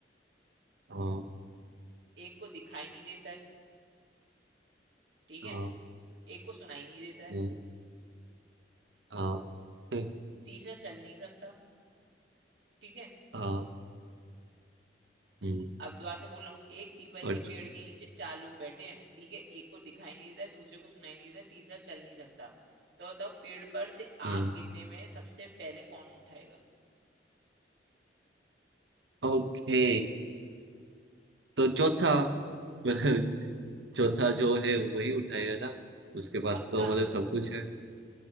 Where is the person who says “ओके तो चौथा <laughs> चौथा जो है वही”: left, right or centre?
Right